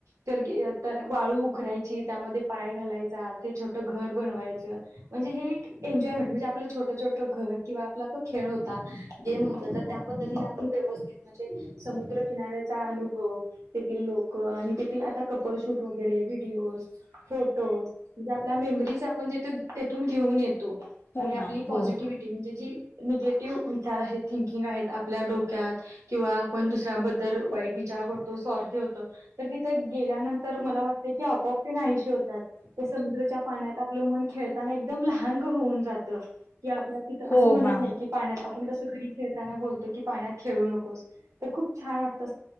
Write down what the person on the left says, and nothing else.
हो
मॅम
हो
हो
मॅम